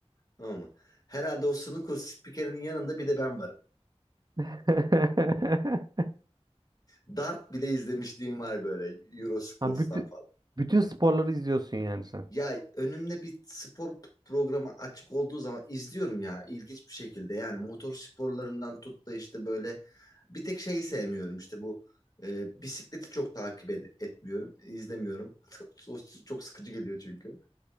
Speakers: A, on the left; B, on the right.
A: Tamam mı? Herhalde o snooker spikerinin yanında bir de ben varım.
B: <laughs>
A: Dart bile izlemişliğim var böyle Eurosports'tan
B: Ha, bütün bütün sporları izliyorsun yani sen.
A: Ya önümde bir spor programı açık olduğu zaman izliyorum ya ilginç bir şekilde. Yani motor sporlarından tut da işte böyle bir tek şeyi sevmiyorum işte bu e, bisikleti çok takip ed- etmiyorum, izlemiyorum. <laughs> O Çok sıkıcı geliyor çünkü.